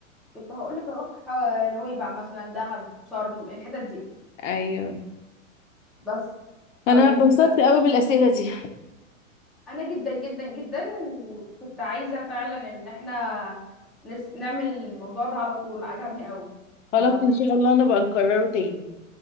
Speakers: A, in the centre; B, on the left.
A: كنت هقول لك اروح آه، نويبع مثلا دهب شرم الحتت دي
B: ايوه
A: بس طيب
B: انا اتبسطت
A: آه،
B: قوي بالاسئلة دي
A: انا جدا جدا جدا وكنت عايزه فعلا ان احنا نس نعمل الموضوع ده على طول عجبني قوي
B: خلاص
A: ف
B: ان شاء الله انا بقى نكرره تاني